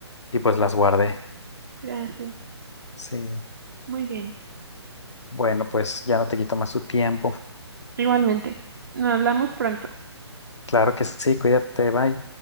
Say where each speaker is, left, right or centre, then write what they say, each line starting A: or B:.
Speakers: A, on the left (about 80°); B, on the right (about 45°).
A: y pues las guardé.
B: Gracias.
A: Sí,
B: Muy bien.
A: bueno, pues ya no te quito más tu tiempo.
B: Igualmente. Nos hablamos pronto.
A: Claro que sí, cuídate, bye.